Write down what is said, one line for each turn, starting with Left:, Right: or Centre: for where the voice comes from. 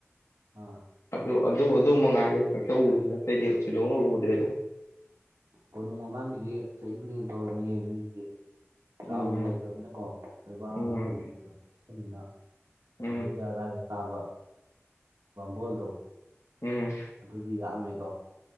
Right: ꯑꯥ
Left: ꯑꯗꯨ ꯑꯗꯨ ꯑꯗꯨ ꯃꯉꯥꯏꯔꯦ ꯈꯛꯇ ꯎꯔꯤꯕ ꯑꯇꯩꯗꯤ ꯊꯣꯏꯗꯣꯛꯅ ꯎꯗ꯭ꯔꯦꯗ
Right: ꯀꯣꯅꯨꯡ ꯃꯃꯥꯡꯒꯤꯗꯤ ꯆꯍꯤ ꯈꯨꯗꯤꯡ ꯇꯧꯔꯤꯅꯦ ꯃꯤꯒꯤꯗꯤ ꯆꯥꯎꯅ
Left: ꯎꯝ
Right: ꯂꯩꯈ꯭ꯔꯕꯅꯤꯅꯀꯣ ꯂꯩꯕꯥꯛ ꯑꯃꯒꯤ
Left: ꯎꯝ
Right: ꯀꯣꯅꯨꯡ ꯑꯣꯏꯔꯝꯕ ꯃꯐꯝꯅꯤꯅ ꯑꯗꯨꯗꯩꯩꯗꯤ
Left: ꯎꯝ
Right: ꯑꯗꯥꯏꯗ ꯇꯥꯕ ꯕꯥꯝꯃꯣꯜꯗꯣ
Left: ꯎꯝ
Right: ꯑꯗꯨꯗꯤ ꯌꯥꯝꯃꯦꯀꯣ